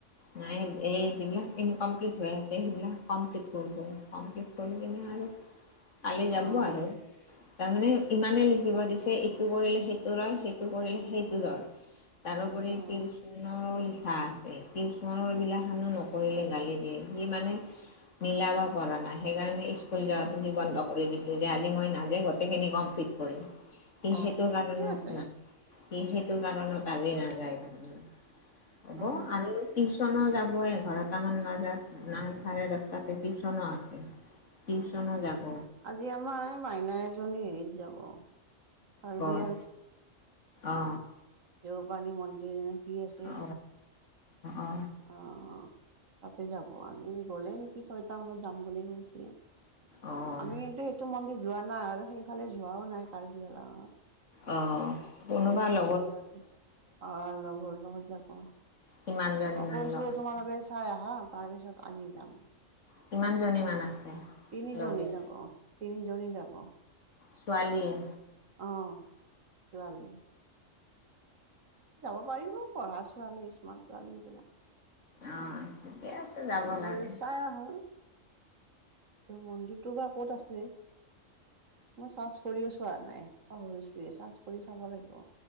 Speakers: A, on the left; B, on the right.
A: নাই, এই যিবিলাক ইনকমপ্লিট হৈ আছে সেইবিলাক কমপ্লিট কৰব, কমপ্লিট কৰি কিনে আৰু কালি
B: অ',
A: যাব আৰু। তাৰমানে ইমানে লিখিব দিছে ইটো কৰিলে সেইটো ৰয়, সেইটো কৰিলে সেইটো ৰয়।
B: <inaudible>
A: তাৰোপৰি
B: অ',
A: টিউচনৰ হা আছে টিউচনৰ বিলাকানো নকৰিলে গালি দিয়ে সি মানে মিলাব পৰা নাই সেইকাৰণে স্কুল যোৱাটো সি বন্ধ কৰি দিছে যে আজি মই নাজে গোটেইখিনি কমপ্লিট সি
B: অ',
A: সেইটো
B: ঠিকে
A: কাৰণত
B: আছে
A: ন স সেইটো কাৰণত আজি নাযায় ভাকে হ'ব
B: অ',
A: আৰু টিউশচনো যাবই এঘাৰটামান বজাত নাই চাৰে দহটাতে টিউশনো আছে। টউশনো
B: অ'।
A: যাব।
B: আজি আমাৰ এই মাইনা এজনী হেৰিত যাব কাৰ্বি
A: হয় অ
B: দেউপানী মন্দিৰ কি আছে
A: অ অ অ
B: অ তাতে যাব আজি গলে নেকি ছয়টা মানত যাম বুলি কৈছে
A: অঁ
B: আমি কিন্তু এইটো মন্দিৰ যোৱা নাই আৰু সেইফালে যোৱাও নাই কাৰ্বি আলং
A: অ কোনোবা ল
B: সিহতে অ লগৰ লগত যাব মই
A: কিমানজনীমান
B: কৈছো
A: লগ আছে
B: তোমালোকে চাই আহা তাৰ পিছত আমি যাম
A: কিমান জনী মান আছে
B: তিনিজনী
A: লগৰ
B: যাব তিনিজনী যাব
A: ছোৱালী য়ে
B: অ ছোৱালী যাব পাৰিব পঢ়া ছোৱালী স্মাৰ্ট ছোৱালী এইবিলাক
A: অ ঠিকে আছে
B: অ
A: যাব
B: গৈ
A: লাগে
B: চাই আহোঁ। ত মন্দিৰটো বা ক'ত আছে মই চাৰ্চ কৰিও চোৱা নাই। অ সেইটোৱেই চাছ কৰি চাব লাগিব।